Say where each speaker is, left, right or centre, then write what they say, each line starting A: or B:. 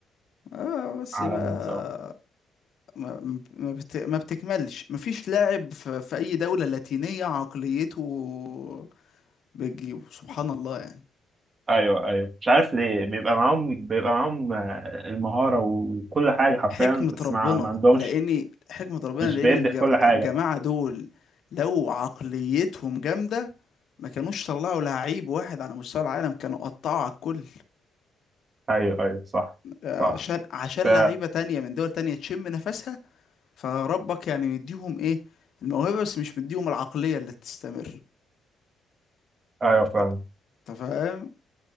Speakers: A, on the left; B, on the right.
A: اه بس
B: عالمي
A: بقى
B: بصراحة
A: ما ما ما بت... ما بتكملش مفيش لاعب في... في اي دوله لاتينيه عقليته بتجيبه سبحان الله يعني
B: ايوه ايوه مش عارف ليه بيبقى معاهم بيبقى معاهم آه، المهارة وكل حاجة حرفيا
A: حكمة
B: بس
A: ربنا
B: ما, ما عندهمش
A: لأني حكمة ربنا
B: مش
A: لأن
B: بيدي
A: الج-
B: في كل حاجة
A: الجماعة دول لو عقليتهم جامدة ما كانوش طلعوا لعيب واحد على مستوى العالم كانوا قطعوا على الكل
B: ايوه ايوه صح
A: آه،
B: صح
A: عشان عشان
B: ف...
A: لعيبة تانية من دول تانية تشم نفسها فربك يعني مديهم ايه الموهبة بس مش مديهم العقلية اللي تستمر
B: ايوه
A: انت
B: فاهم
A: أنت فاهم